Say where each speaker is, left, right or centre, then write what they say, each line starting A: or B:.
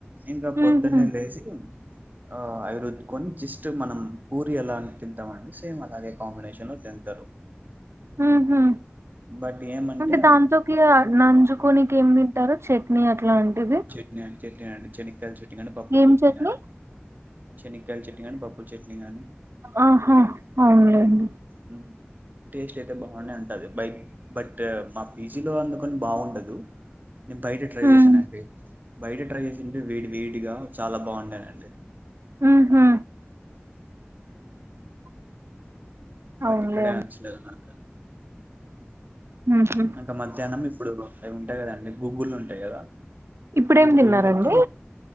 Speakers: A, on the right (about 45°); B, on the right (about 90°).
A: ఇంకా పొద్దున్నే
B: ఊహూ
A: లేసి ఆ అవిరుద్కొని జస్ట్ మనం పూరి అలా తింటామండి సేమ్ అలాగే కాంబినేషన్ లో తింటారు
B: ఉహు
A: బట్ ఏమంటే
B: అంటే దాంట్లో కి ఇగ నంజుకొనికి ఏం తిట్టారు చట్నీ అట్లాంటిది
A: మేం చట్నీ అండి చెెనకాయ చెట్నీ కానీ పపల్
B: ఏం
A: చెట్నీ
B: చట్నీ
A: కానీ చెనకాయల చెట్నీ కానీ పప్పుల చెట్ని గానీ
B: ఆహా అవునులేండి
A: హ్మ్ టేస్ట్ అయితే బాగునే ఉంటది బై బట్ మా పీజీ లో అందుకని బాగుండదు. నేను బయట ట్రై
B: హ్మ్
A: చేసానుండి బయట ట్రై జేసిఉంటే వేడి వేడిగా చాలా బాగుండేనండి
B: హా హా
A: బట్
B: అవునులే
A: ఇక్కడ
B: అండి
A: నచ్చలేదు నాక
B: ఆహా
A: ఇంకా మధ్యాహ్నం ఇప్పుడు అవి ఉంటాయి కదండి గూగుల్ ఉంటాయి కదా
B: ఇప్పుడేం
A: గుగ్గులతో
B: తిన్నారండి